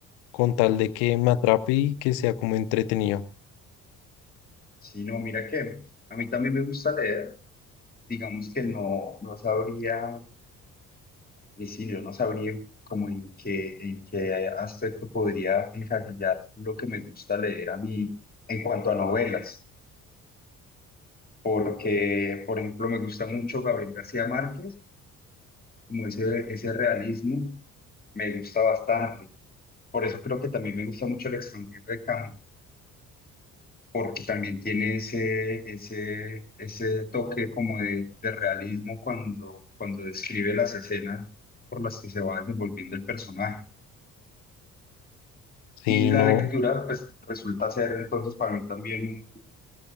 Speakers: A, on the left; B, on the left.
A: con tal de que me atrape y que sea como entretenido.
B: Sí, no, mira que a mí también me gusta leer. Digamos que no, no sabría, ni si yo no sabría como en qué, en qué aspecto podría encasillar lo que me gusta leer a mí en cuanto a novelas. Porque, por ejemplo, me gusta mucho Gabriel García Márquez, como ese, ese realismo me gusta bastante. Por eso creo que también me gusta mucho El extranjero de Camus porque también tiene ese, ese, ese toque como de, de realismo cuando, cuando describe las escenas por las que se va desenvolviendo el personaje.
A: Sí,
B: Y la
A: no,
B: lectura, pues, resulta ser entonces para mí también